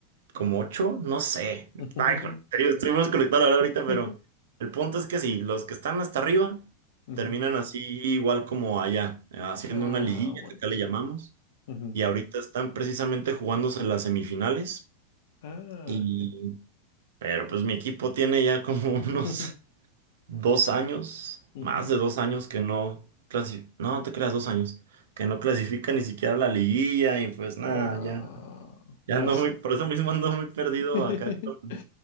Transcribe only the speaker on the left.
ujú,
ujú. <laughs>
ujú.
Ah,
buenísimo.
Ujú.
Ah,
gen-
<laughs>
Ujú.
Ah,
pasa.
<laughs>